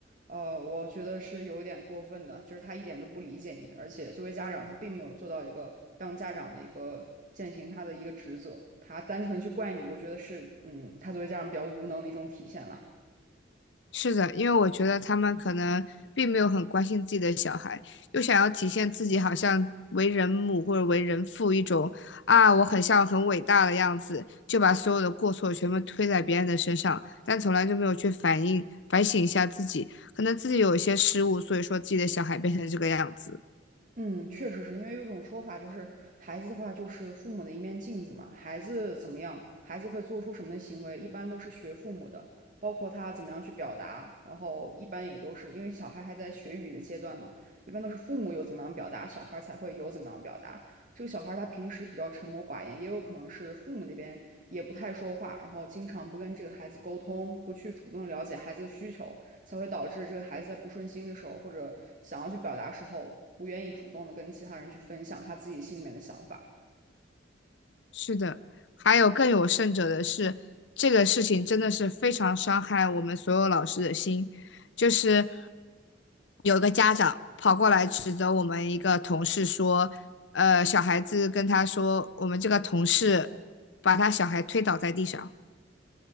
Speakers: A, on the right; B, on the left.
A: 呃，我觉得是有一点过分的，就是他一点都不理解你，而且作为家长，他并没有做到一个当家长的一个践行他的一个职责，他单纯去怪你，我觉得是，嗯，他作为家长比较无能的一种体现了。
B: 是的，因为我觉得他们可能并没有很关心自己的小孩，又想要体现自己好像为人母或者为人父一种啊，我很像很伟大的样子，就把所有的过错全部推在别人的身上，但从来就没有去反应反省一下自己，可能自己有一些失误，所以说自己的小孩变成这个样子。
A: 嗯，确实是因为有种说法，就是孩子的话就是父母的一面镜子嘛，孩子怎么样，孩子会做出什么的行为，一般都是学父母的，包括他怎么样去表达，然后一般也都是因为小孩还在学语的阶段嘛，一般都是父母有怎么样表达，小孩才会有怎么样表达。这个小孩儿他平时比较沉默寡言，也有可能是父母那边也不太说话，然后经常不跟这个孩子沟通，不去主动了解孩子的需求，才会导致这个孩子在不顺心的时候，或者想要去表达时候，不愿意主动的跟其他人去分享他自己心里面的想法
B: 是的，还有更有甚者的是，这个事情真的是非常伤害我们所有老师的心。就是有个家长跑过来指责我们一个同事说，呃，小孩子跟他说，我们这个同事把他小孩推倒在地上。